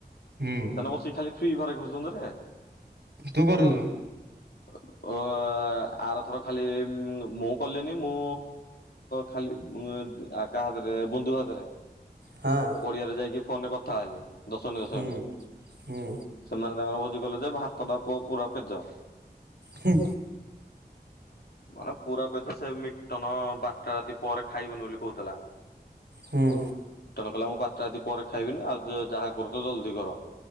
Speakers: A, on the right (about 85°); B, on the left (about 70°).
A: ହୁଁ
B: ସେମାନ ବସିକି ଖାଲି ଫ୍ରି ଘରେ ଖେଳୁଛନ୍ତିରେ
A: ତୁ କରୁଛୁ?
B: ହଉ। ଅ ଆରଥର ଖାଲି ମୁଁ କଲିନି ମୁଁ ଖାଲି ଉ ଆକା ହାତରେ ବନ୍ଧୁ ହାତରେ
A: ହଁ
B: ପଡିଆରେ ଯାଇକି ଫୋନରେ କଥା ହେଲି ଦଶଣ୍ଡି ଦଶଣ୍ଡି
A: ହୁଁ ହୁଁ
B: ସେମାନେ ତାଙ୍କର କହୁଚ ବ ଗଲେ ଯେ ଭାତଟା ପୁଅ ପୁରା ପେଜ
A: ହୁଁ।
B: ମାନେ ପୁରା ପେଜ ସେ ମିଟନ ବାରଟା ରାତି ପରେ ଖାଇବନି ବୋଲି କହୁଥିଲା
A: ହୁଁ।
B: କହିଲା ମୁଁ ବାରଟା ଯଦି ପରେ ଖାଇବିନି ଆଉ ଯାହା କରୁଛ ଜଲଦି କର